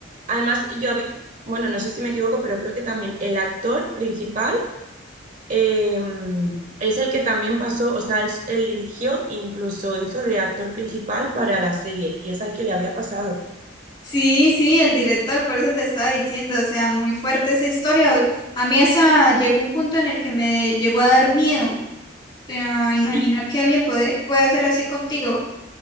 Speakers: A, on the right; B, on the left.
A: Además, yo, habí- bueno, no sé si me equivoco, pero creo que también el actor principal eh, es el que también pasó, o sea, él, él dirigió, incluso hizo de actor principal para la serie, y es al que le había pasado.
B: Sí, sí, el director, por eso te estaba diciendo, o sea, muy fuerte esa historia. O- A mí hasta llegó un punto en el que me llegó a dar miedo, o sea, imaginar
A: Sí,
B: que alguien puede, puede hacer así contigo.